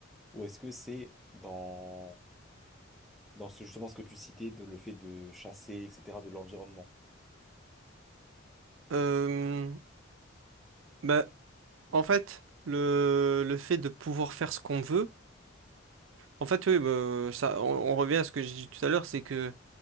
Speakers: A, in the centre; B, on the right.
A: ou est-ce que c'est dans dans ce, justement ce que tu citais, de le fait de chasser, etc., de l'environnement.
B: euh, bah, en fait le le fait de pouvoir faire ce qu'on veut, en fait oui bah, ça on, on revient à ce que j'ai dit tout à l'heure, c'est que